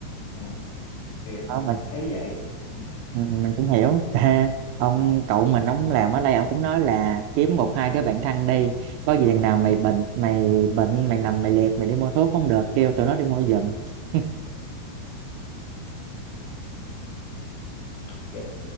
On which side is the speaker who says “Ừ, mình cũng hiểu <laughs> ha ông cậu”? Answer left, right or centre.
Right